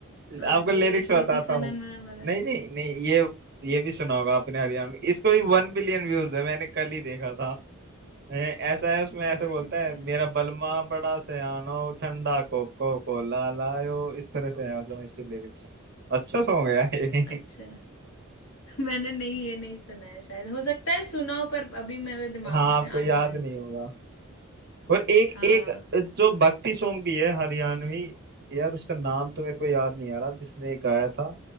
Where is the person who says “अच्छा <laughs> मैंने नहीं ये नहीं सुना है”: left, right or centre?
Left